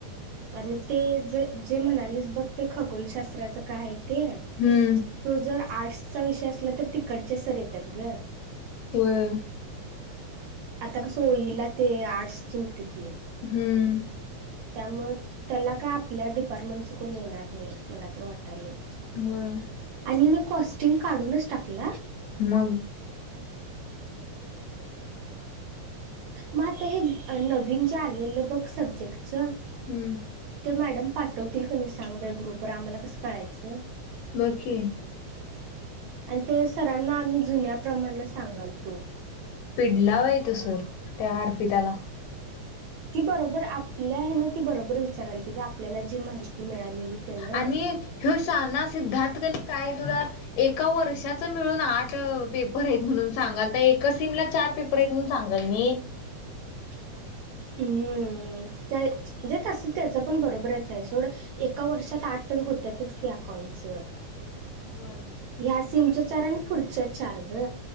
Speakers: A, on the right; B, on the left.
A: आणि ते ज जे म्हणालीस बघ ते खगोलशास्त्राचं काय ते
B: हम्म
A: तो जर आर्टसचा विषय असला तर तिकडचे सर येतात ग
B: वय
A: आता कसं होईला ते आर्ट्सचे होते की
B: हम्म
A: त्यामुळे त्याला काय आपल्या डिपार्टमेंटच कोण येणार नाही. मला तर वाटाले
B: होय
A: आणि मी कॉस्टिंग काढूनच टाकला
B: मग
A: मग आता हे नवीन जे आलेलं बघ सब्जेक्टच.
B: हम्म
A: मॅडम पाठवतील का नाय? सांग बाई ग्रुपवर आम्हाला कसं कळायचं
B: <unintelligible>
A: आणि ते सरांना आम्ही जुन्या प्रमाणा सांगाल तो
B: पिडला बाई तो सर त्या अरपिताला.
A: ती बरोबर आपल्या आहे ना ती बरोबर विचारायल त आपल्याला जी माहिती मिळालेली त्यानं
B: आणि ह्यो शाना सिद्धार्थ कनी काय तु ए वर्षा मिळून आठ पेपर म्हणून सांगाल ता एक सिम पेपरून सांगल म
A: <inaudible> हम्म जेच अस त्याच पण बरोबरच आहे सोड एका वर्षात आठ होत्याच की अकाउंटच
B: होय
A: ह्या सीमच्या चार आणि पुढच्या चार ग